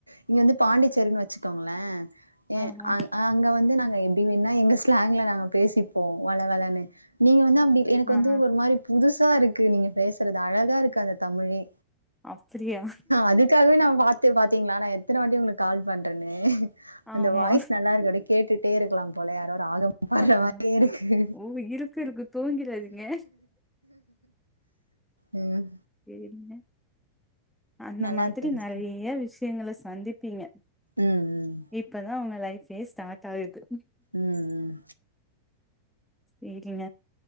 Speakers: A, on the right; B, in the centre.
A: இங்க வந்து பாண்டிச்சேரின்னு வச்சுக்கோங்களே ஏ
B: ஆ ஆ
A: அ அங்க வந்து நாங்க எப்டி வேண்ணா எங்க ஸ்லாங்ல நாங்க பேசிப்போ வளவளன்னு நீங்க வந்து அ அப்டி எனக்கு
B: ஆ
A: வந்து
B: ஆ
A: ஒரு மாரி புதுசா இருக்கு நீங்க பேசறது அழகா இருக்கு அந்த தமிழே.
B: அப்டியா
A: அதுக்காகவே நா பாத்து பாத் தீங்ளா நா எத்தன வாட்டி உங்களுக்கு கால் பண்றன்னு அந்த
B: ஆமா
A: வாய்ஸ் நல்லாருக்கு அப்டியே கேட்டுட்டே இருக்கலாம் போல யாரோ ராகம் பாட்ற
B: ஆ
A: மாரியே
B: ஆ
A: இருக்கு.
B: ஓ இருக்கு இருக்கு தூங்கிறாதீங்க
A: ம்
B: என்ன அந்த
A: நல்லா
B: மாதிரி
A: இருக்கு சிஸ்டர்
B: நெறைய விஷயங்கள சந்திப் பீங்க
A: ம் ம்
B: இப்பதா உங்க லை ஃபே ஸ்டார்ட் ஆயிருக்கு
A: ம் ம்
B: சேரிங்க